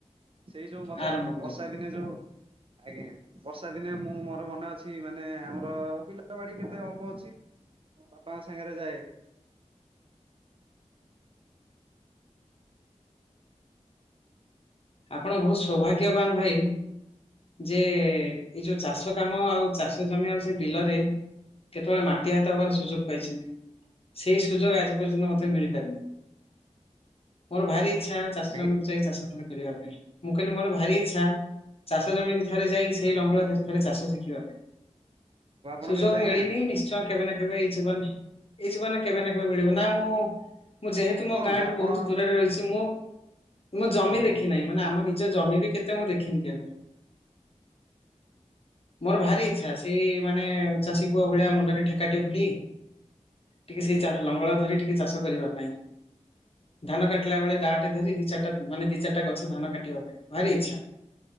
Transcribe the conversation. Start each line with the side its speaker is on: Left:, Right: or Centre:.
Right: ସେଇ ଯୋଉ ମଜା
Left: ଆରମ୍ଭ କରିବି
Right: ବର୍ଷା ଦିନେ ଯୋଉ ଆଜ୍ଞା ବର୍ଷା ଦିନେ ମୁଁ ମୋର ମନେ ଅଛି ମାନେ ଆମର ବିଲ ବାଡି କେତେ ଅଳ୍ପ ଅଛି। ମୋ ବାପାଙ୍କ ସାଙ୍ଗରେ ଯାଏ।
Left: ଆପଣ ବହୁତ ସୌଭାଗ୍ୟବାନ ଭାଇ। ଯେ ଏଇ ଯୋଉ ଚାଷ କାମ ଆଉ ଚାଷ ଜମି ଆଉ ସେ ବିଲରେ କେତେବେଳେ ମାଟି ହାତ ହବାର ସୁଯୋଗ ପାଇଛନ୍ତି। ସେଇ ସୁଯୋଗ ଆଜି ପର୍ଯ୍ୟନ୍ତ ମୋତେ ମିଳି ପାରିନି। ମୋର ଭାରି ଇଚ୍ଛା ଚାଷ
Right: ଆଜ୍ଞା
Left: ଜମିକୁ ଯାଇ ଚାଷ ଥରେ କରିବା ପାଇଁ। ମୁଁ କହିଲି ମୋର ଭାରି ଇଚ୍ଛା ଚାଷ ଜମିକି ଥରେ ଯାଇ ସେଇ ଲଙ୍ଗଳ ଧରି ଥରେ ଚାଷ ଶିଖିବା ପାଇଁ।
Right: ଆପଣ
Left: ସୁଯୋଗ
Right: କେବେ ଯାଇନାହାନ୍ତି
Left: ମିଳିନି ନିଶ୍ ଛ କେବେ ନା କେବେ ଏଇ ଜୀବନେ, ଏଇ ଜୀବନ ରେ କେବେ ନା କେବେ ମିଳିବ, ନା ମୁଁ କଣ ମୁଁ ଯେହେତୁ ମୋ
Right: କରନ୍ତୁ
Left: ଗାଁ ଠୁ
Right: ଆପଣ
Left: ବହୁତ ଦୂରରେ ରହିଛି, ମୁଁ ମୁଁ ଜମି
Right: ଓହୋ
Left: ଦେଖି ନାଇଁ ମାନେ ଆମ ନିଜ ଜମି ବି କେତେ ମୁଁ ଦେଖିନି କେବେ। ମୋର ଭାରି ଇଚ୍ଛା ସେଇ ମାନେ ଚାଷୀ ପୁଅ ଭଳିଆ ମୁଣ୍ଡରେ ଠେକାଟେ ଭିଡ଼ି ଟିକେ
Right: ଆଜ୍ଞା
Left: ସେଇ ଚା- ଲଙ୍ଗଳ ଧରି ଟିକେ ଚାଷ କରିବା ପାଇଁ। ଧାନ କାଟିଲ ବେଳେ ଦାଟେ ଧରି ଦି ଚାରଟା ମାନେ ଦି ଚାରଟା ଗ କାଟିବା ପାଇଁ ଭାରି ଇଚ୍ଛା।